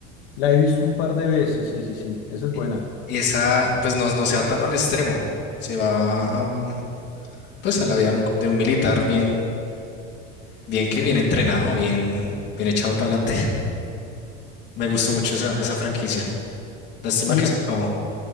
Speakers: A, on the left (about 80°); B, on the left (about 35°).
A: la he visto un par de veces, sí, sí, sí, esa es
B: Y
A: buena.
B: y esa, pues no, no se va tan al extremo, se va a un, pues a la vida de un de un militar bien Bien que
A: Bien.
B: bien entrenado, bien, bien echado para adelante. <laughs> Me
A: <laughs>
B: gustó mucho esa, esa franquicia. Lástima
A: ¿Y
B: que
A: en,
B: se acabó.